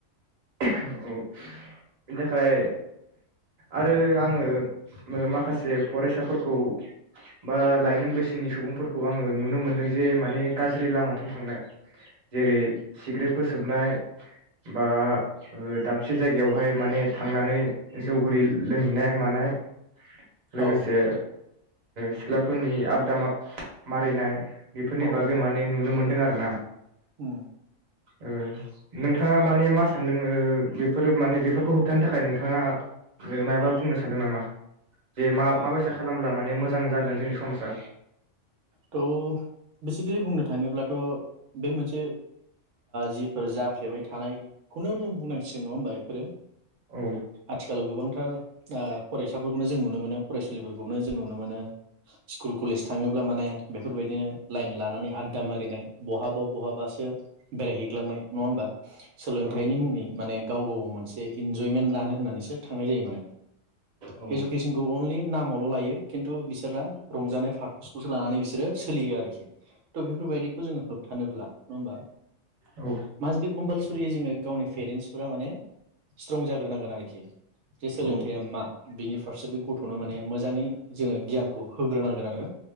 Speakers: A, on the right; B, on the right.
A: बिनि थाखाय आरो आङो माखासे फरायसाफोरखौ बा लाइमोन बैसोनि सुबुंफोरखौ आङो नुनो मोनदों जे माने गाज्रि लामाथिं थांनाय जेरै सिग्रेटफोर सोबनाय बा दाबसे जायगायावहाय माने थांनानै जौ हरि लोंहैनाय मानाय लोगोसे
B: औ
A: सिख्लाफोरनि आबदा मारिनाय बेफोरनि
B: औ
A: बागै माने नुनो मोनदों। आरो ना
B: उम
A: ओ नों नोंथाङा माने मा सानदों ओ बेफोरो माने बेफोरखौ होबथानो थाखाय नोंथाङा मायाबा बुंनो सानदों नामा? जे मा माबायसा खालामब्ला माने मोजां मोजां जागोन जोंनि समाजा
B: थ' बेसिकेलि बुंनो थाङोब्लाथ' बे मोनसे जिफोर जाफ्लेबाय थानायखौनो जों बुंनांसिगोन नङा होमबा इफोरो
A: औ
B: आथिखालाव गोबांथार ओ फरायसाफोरखौ जों नुनो मोनो फरायसुलिफोरखौनो जों नुनो मोनो। स्कुल कलेज थाङोब्ला माने बेफोरबायदिनो लाइन लानानै आददा मारिनाय बहाबा बहाबासो बेरायहैग्लांनाय नङा होमबा? सोलोंथाइनि
A: औ
B: मुङै माने गाव गाव मोनसे इन्जयमेन्ट लानो होननानैसो थांनाय जायो माने।
A: औ
B: एडुकेसनखौ अनलि नामावल' लायो खिन्थु बिसोरा रंजानाय फारपसखौसो लानानै बिसोर बिसोरो सोलियो आरोखि थ' बेफोरबायदिखौ जोङो होबथानोब्ला नङा होमबा?
A: औ
B: मासबि कम्पालसन रियै जोङो गावनि पेरेन्सफोरा माने स्ट्रं जाग्रोनांगोन आरोखि जे सोलोंथाइया
A: औ
B: मा बिनि फारसे बे गथ'नो माने मोजाङै जोङो गियानखौ होग्रोनांगोन आरो।